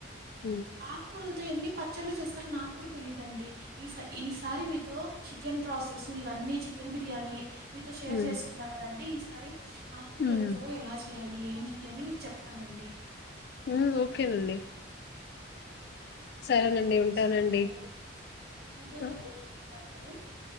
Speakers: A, on the left; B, on the right.
A: హ్మ్.
B: ఆక్కూరల్తో ఎన్ని పచ్చళ్లు చేస్తారు నాక్ క్కూడు తెలీదండి ఈ స ఈసారి మీతో చికెన్ ప్రాసెస్ ఇవన్నీ చికెన్ బిర్యానీ మీతో షేర్
A: హ్మ్.
B: చేసుకున్నా కదండి. సారి ఆక్కూరల్తో
A: హ్మ్.
B: ఎలా చేయా లి ఏంటి అని మీకు చెప్తానండి
A: మ్మ్ ఓకేనండి
B: ఇంకేంటండి
A: సరేనండి ఉంటానండి
B: చూసారు. ఇంకేంటండి
A: ఆ!
B: మీ చూసారు మరి